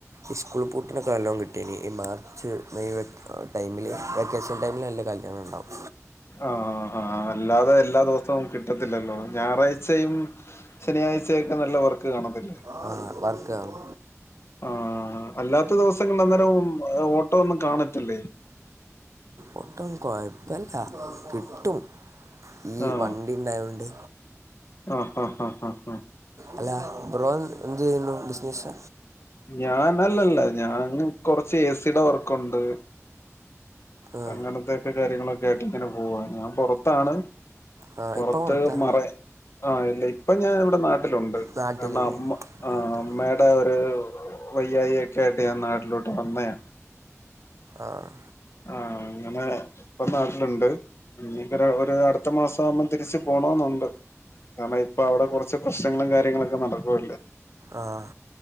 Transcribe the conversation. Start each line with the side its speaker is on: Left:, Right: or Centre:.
Right: ഇസ്കൂള് പൂട്ടണ കാലം കിട്ടീനി ഈ മാർച്ച് മെയ് ടൈമില് വെക്കേഷൻടൈമിൽ നല്ല കല്യാണം ഉണ്ടാവും
Left: ആഹ് ആഹ് അല്ലാതെ എല്ലാ ദിവസവും കിട്ടത്തില്ലല്ലോ ഞായറാഴ്ചയും ശനിയാഴ്ചയൊക്കെ നല്ല വർക്ക് കാണത്തില്ലേ
Right: ആഹ് വർക്ക് ആഹ്
Left: ആഹ് അല്ലാത്ത ദിവസങ്ങളില് ഏഹ് അന്നേരം ഓട്ടോ ഒന്നും കാണത്തില്ലേ
Right: ഓട്ടം കുഴപ്പല്ല കിട്ടും ഈ
Left: ആഹ്
Right: വ ണ്ടിണ്ടായോണ്ട്
Left: ആഹ് ഹ ഹ ഹ
Right: അല്ല ബ്രോ എന്ത് ചെയ്യുന്നു ബിസിനസ്
Left: ഞാനല്ലല്ല ഞാൻ കൊറച്ച് എ സിയുടെ വർക്കുണ്ട്
Right: ആ
Left: അങ്ങനത്തെയൊക്കെ കാര്യങ്ങളൊക്കെ ആയിട്ട് ഇങ്ങനെ പോവാ ഞാൻ പൊറത്താണ്
Right: ആ
Left: പുറത്ത്
Right: ഇപ്പം പുറത്താ
Left: മറേ ആഹ് ഇല്ല ഇപ്പൊ ഞാൻ ഇവിടെ നാട്ടിലുണ്ട്
Right: നാട്ടിലില്ലേ
Left: കാരണം അമ്മ ആഹ്
Right: നാട്ടിൽ
Left: അമ്മയ് ടെ ഒരു വയ്യായി ഒക്കെ ആയിട്ട് ഞാൻ നാട്ടിലോട്ട് വന്നയാണ്
Right: ആഹ്
Left: ആഹ് അങ്ങനെ ഇപ്പൊ നാട്ടിലുണ്ട് ഇഞ്ഞിപ്പ ര ഒരു അടുത്ത മാസം ആവുമ്പോം തിരിച്ച് പോണോന്നുണ്ട് കാരണം ഇപ്പൊ അവിടെ കുറച്ച് പ്രശ്നങ്ങളും കാര്യങ്ങളൊക്കെ നടക്കുവല്ലേ?
Right: ആഹ്